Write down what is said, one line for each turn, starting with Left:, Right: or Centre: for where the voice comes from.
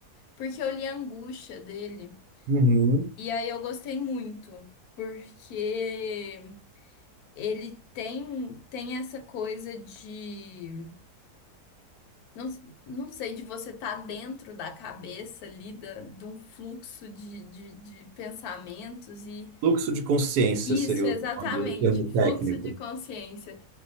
Left: Porque eu li a Angústia dele.
Right: Uhum.
Left: E aí eu gostei muito. Porque ele tem, tem essa coisa de. Não, não sei, de você estar dentro da cabeça ali, da, de um fluxo de, de, de pensamentos. E
Right: Fluxo de consciência
Left: isso,
Right: seria
Left: exatamente,
Right: o nome, o termo técnico.
Left: fluxo de consciência.